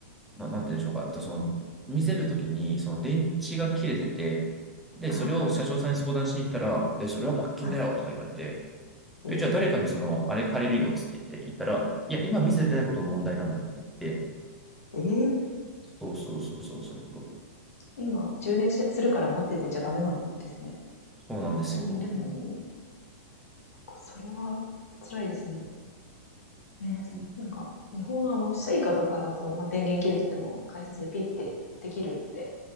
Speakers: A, in the centre; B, on the left.
A: まあ、なんていうんでしょうか。えっと、その、見せるときに、その電池が切れてて、
B: はい
A: で、
B: ああ、
A: それを社長さんに相談しに行ったら、え、それは罰金だよとか言われて、
B: はい。
A: え、
B: え、
A: じゃあ誰かにその、あれ借りるよっつって言って、言ったら、いや、今見せてないことが問題なんだとか言って、
B: えー
A: そうそうそうそうそうそう、
B: 今、充電しするから待っててちゃダメなんですね。
A: そうなんですよ。
B: そこにいるのに。なんかそれは辛いですね。ね。
A: うん
B: なんか、日本のあの、スイカとかだと、まあ、電源切れてても解説でピッてできるって